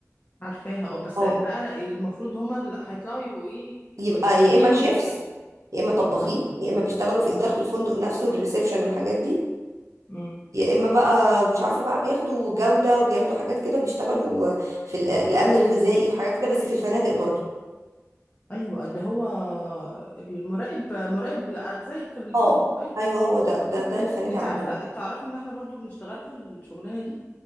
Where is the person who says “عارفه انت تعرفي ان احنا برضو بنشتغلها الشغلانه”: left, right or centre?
Left